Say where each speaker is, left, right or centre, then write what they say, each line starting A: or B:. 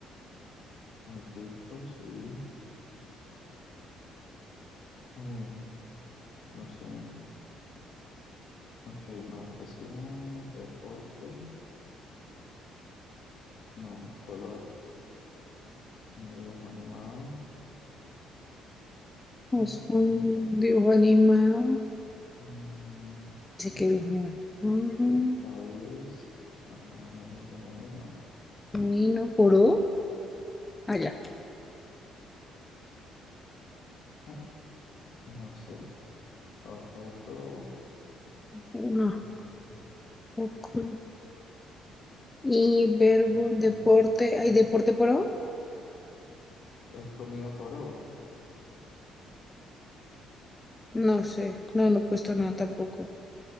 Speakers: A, on the left (about 60°); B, on the left (about 20°).
A: Equipo, sí. Uy, no sé. Ok, marca sí hay, deporte, no, color, eh, dibujo animado,
B: Es
A: mm,
B: un
A: no sé.
B: dibujo animado.
A: Mm,
B: Dice
A: mm,
B: que dibujo animado. Ujú.
A: país, ajá, nombre femenino,
B: Nino Kuro. Ah, ya.
A: mm, no sé. Objeto,
B: Uno.
A: mm,
B: Ok. Y verbo,
A: ok, animal.
B: deporte, ¿hay deporte pro?
A: Hay comida por O,
B: No sé, no, no he puesto nada tampoco.